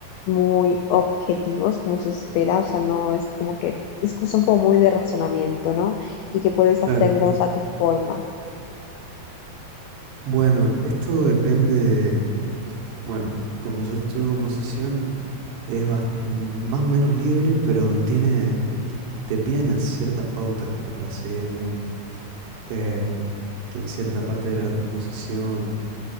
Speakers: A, on the left (about 90°); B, on the right (about 85°).
A: muy objetivos, como se espera, o sea, no es como que es que son como muy de razonamiento, ¿no? Y que puedes
B: Claro.
A: hacerlos a tu forma.
B: Bueno, esto depende de... Bueno, como yo estudio composición, es bas- más o menos libre, pero tiene, te piden ciertas pautas para seguir, digamos. Eh, que en cierta parte de la composición